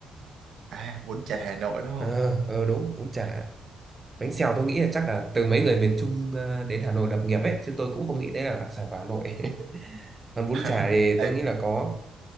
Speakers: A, on the right (about 65°); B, on the right (about 25°).
A: à, bún chả Hà Nội đúng không
B: ờ ờ, đúng bún chả bánh xèo tôi nghĩ là chắc là từ mấy người miền Trung ờ, đến Hà Nội lập nghiệp ấy chứ tôi cũng không nghĩ đấy là đặc sản của Hà Nội <laughs> còn bún chả
A: <laughs>
B: thì
A: Ấy,
B: tôi nghĩ là có